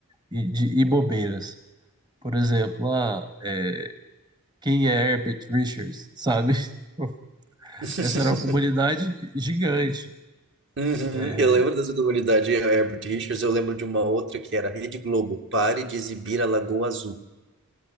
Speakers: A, on the right; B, on the right.
A: e, de, e bobeiras. Por exemplo, ah, é, quem é Herbert Richards, sabe? <laughs>
B: <laughs>
A: Essa era uma comunidade gigante.
B: Uhum,
A: É,
B: eu lembro dessa comunidade é, é, Herbert Richards, eu lembro de uma outra que era Rede Globo, pare de exibir a Lagoa Azul.